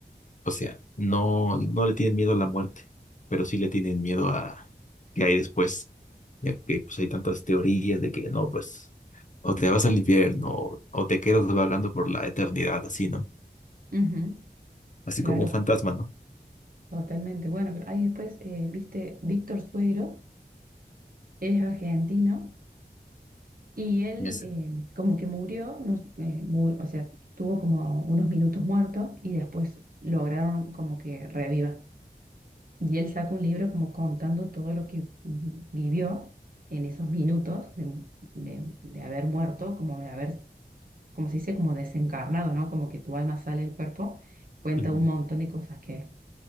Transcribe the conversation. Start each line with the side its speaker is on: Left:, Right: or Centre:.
Left: o sea, no, no le tienen miedo a la muerte, pero sí le tienen miedo a qué hay después. Ya que pues hay tantas teorías de que no, pues, o te vas al infierno, o o te quedas vagando por la eternidad, así, ¿no?
Right: Ujú,
Left: Así
Right: claro,
Left: como un fantasma, ¿no?
Right: totalmente. Bueno, pero ahí después, eh, viste, Víctor Sueiro Él es argentino y él
Left: Yes.
Right: eh, como que murió, no, eh, mu- o sea, tuvo como unos minutos muertos y después lograron como que reviva. Y él sacó un libro como contando todo lo que vi- vivió en esos minutos de, de- de haber muerto, como de haber, como se dice, como desencarnado, ¿no? Como que tu alma sale del cuerpo, cuenta
Left: Ujú.
Right: un montón de cosas que,